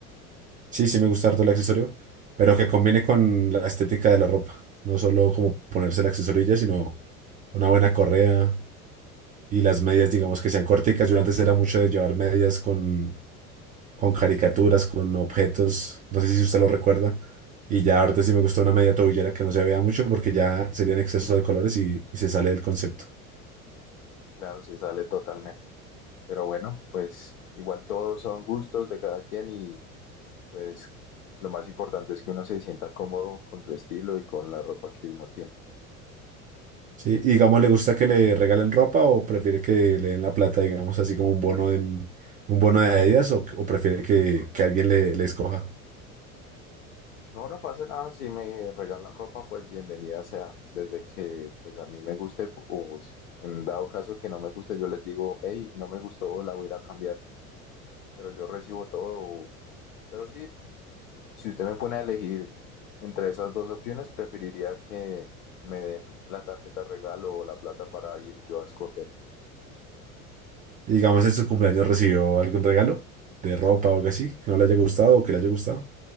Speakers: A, on the right; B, on the left.
A: Sí, sí me gusta harto el accesorio, pero que combine con la estética de la ropa. No solo como ponerse el accesorio y ya, sino una buena correa y las medias, digamos, que sean corticas. Yo antes era mucho de llevar medias con, con caricaturas, con objetos. No sé si usted lo recuerda. Y ya ahorita sí me gusta una media tobillera que no se vea mucho porque ya sería en exceso de colores y, y se sale del concepto.
B: Claro, se sale totalmente. Pero bueno, pues igual todos son gustos de cada quien y pues lo más importante es que uno se sienta cómodo con su estilo y con la ropa que uno tiene.
A: Sí, y digamos, ¿le gusta que le regalen ropa o prefiere que le den la plata, digamos, así como un bono en un bono de Adidas o, o prefiere que, que alguien le, le escoja?
B: No, no pasa nada. Si me regalan ropa, pues bienvenida sea. Desde que pues a mí me guste, o si- en dado caso que no me guste, yo les digo, hey, no me gustó, la voy a ir a cambiar. Pero yo recibo todo. o- Pero sí, si usted me pone a elegir entre esas dos opciones, preferiría que me den la tarjeta regalo o la plata para ir yo a escoger.
A: Y, Digamos, en su cumpleaños recibió algún regalo de ropa o algo así, que no le haya gustado o que le haya gustado.